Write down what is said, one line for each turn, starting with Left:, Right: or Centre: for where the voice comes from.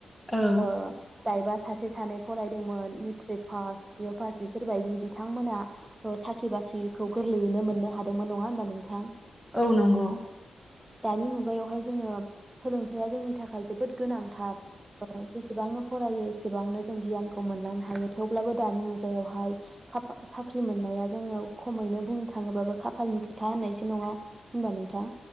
Centre: औ
Right: ओ जायबा सासे सानै फरायदोंमोन मिथ्रिक फास फि अ फास बिसोरबायदि बिथांमोना ओ साख्रि बाख्रिखौ गोरलैयैनो मोननो हादोंमोन नङा होमबा नोंथां?
Centre: औ नंगौ।
Right: दानि मु गायावहाय जोङो सोलोंथाइया जोंनि थाखाय जोबोद गोनांथार ओ जेसेबांनो फरायो एसेबांनो जों गियानखौ मोनलांनो हायो थेवब्लाबो दानि मुगायावहाय खाफा साख्रि मोननाया जोङो खमैनो बुंनो थाङोबाबो खाफालनि खोथा होननायसो नङा होनबा नोंथां?